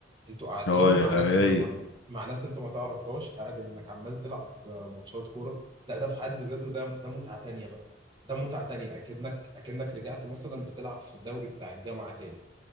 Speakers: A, on the right; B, on the left.
A: انتوا قاعدين
B: اه
A: مع
B: يا
A: ناس
B: رايق
A: انت ما مع ناس انت ما تعرفهاش قاعد انك عمال تلعب آه، ماتشات كوره لا ده في حد ذاته ده ده متعه تانيه بقى ده متعه تانيه اكنك اكنك رجعت مثلا بتلعب في الدوري بتاع الجامعه تاني